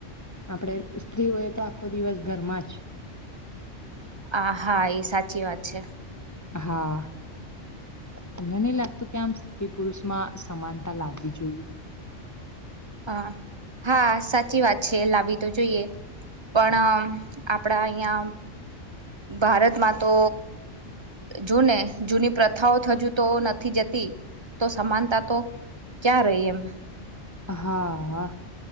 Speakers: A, on the left; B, on the right.
A: આપડે સ્ત્રીઓ એ તો આખો દિવસ ઘરમાં જ
B: આ હા એ સાચી વાત છે
A: હા તમને નઈ લાગતું કે આમ સ્ત્રી-પુરુષ મા સમાનતા લાગવી જોઈએ
B: હાહા સાચી વાત છે લાવી તો જોઈએ પણ આમ આપડા અહિયાં ભારતમાં તો જૂને જૂની પ્રથાઓ થજુ તો નથી જતી તો સમાનતા તો ક્યાં રહી એમ
A: હા હા